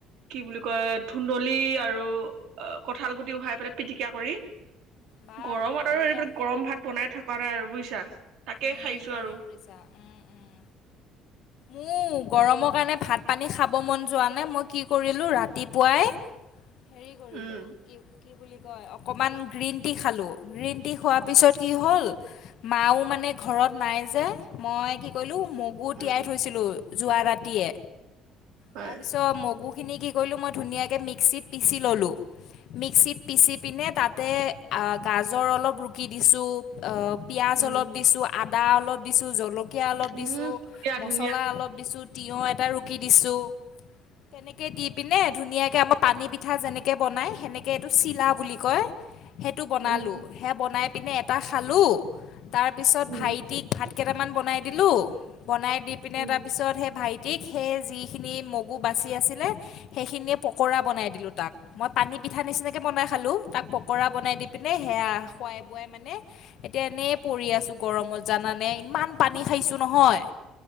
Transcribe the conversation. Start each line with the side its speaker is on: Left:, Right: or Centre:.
Right: কি বুলি কয় ধুন্দলী আৰু আহ কঁঠাল গুটি উহাই পেলাই পিটিকা কৰি।
Left: বাহ
Right: গৰমত
Left: বঢ়িয়া।
Right: আৰু এইবিলাক গৰম ভাত বনাই থকা নাই আৰু বুজিছা। তাকে
Left: উম,
Right: খাইছো
Left: ভালে
Right: আৰু
Left: কৰিছা। উম উম! উ গৰমৰ কাৰণে ভাত-পানী খাব মন যোৱা নাই। মই কি কৰিলোঁ ৰাতিপুৱাই হেৰি কৰিলো
Right: উম
Left: কি কি বুলি কয়, অকমান গ্ৰীণ টি খালো গ্ৰীণ টি খোৱাৰ পিছত কি হ'ল মাও মানে ঘৰত নাই যে মই কি <unintelligible> মগু তিয়াই
Right: উম,
Left: থৈছিলো যোৱা ৰাতিয়ে
Right: হয়,
Left: তাৰপিছত মগু খিনি কি কৰিলোঁ মই ধুনীয়াকে মিক্সিত পিচি ল'লো। মিক্সিত পিচি পিনে তাতে আ' গাজৰ অলপ ৰুকি দিছোঁ। অ' পিয়াজ
Right: উম,
Left: অলপ দিছো, আদা অলপ দিছো, জল কীয়া অলপ দিছো,
Right: উম, ধুনীয়া
Left: মছলা
Right: ধুনীয়া,
Left: অলপ দিছো, তিয়ঁহ এটা ৰুকি দিছো। তেনেকে দি পিনে ধুনীয়াকে আকৌ পানী পিঠা যেনেকে বনাই সেনেকে এইটো চিলা বুলি কয়। সেইটো বনালোঁ,
Right: উম,
Left: সেয়া বনাই পিনে এটা খালো। তাৰপিছত
Right: উম,
Left: টিক ভাত কেইটামান বনাই দিলো। বনাই দি পিনে
Right: উম,
Left: তাৰ পিছত সেই ভাইটিক সেই যিখিনি মগু বাচি আছি লে সেইখিনিয়ে পকৰা বনাই দিলো তাক। মই পানী পিঠা নিচিনাকে বনাই খালো, তাক পকৰা বনাই দি পিনে সেয়া খোৱাই খুৱাই মানে এতিয়া এনেই পৰি আছো গৰমত। জানানে, ইমান পানী খাইছো নহয়।